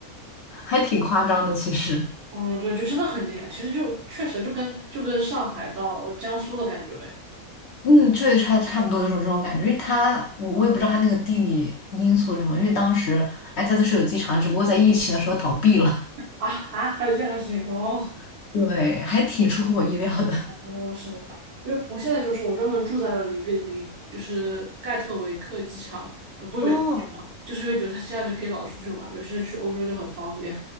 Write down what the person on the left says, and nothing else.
还挺夸张的。其实，
嗯，确实差差不多有种这种感觉，因为它我我也不知道它那个地理因素是什么，因为当时埃塞特是有机场，只不过在疫情的时候倒闭了，
<laughs> 对，还挺出乎我意料的。
哦，